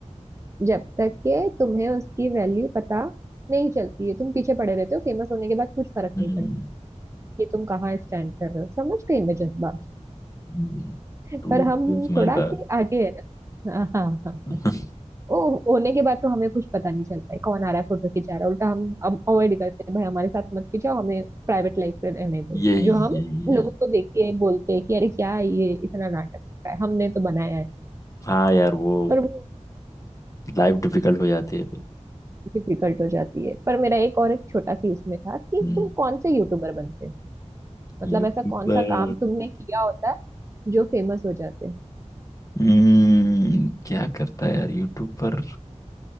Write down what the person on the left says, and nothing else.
हम्म
हम्म,
तू
तू समझदार
<laughs>
यही
यही
यही
हाँ यार वो
लाइफ डिफिकल्ट हो जाती है फिर
हम्म
यूट्यूब
पर
हम्म क्या करता है यार यूट्यूब पर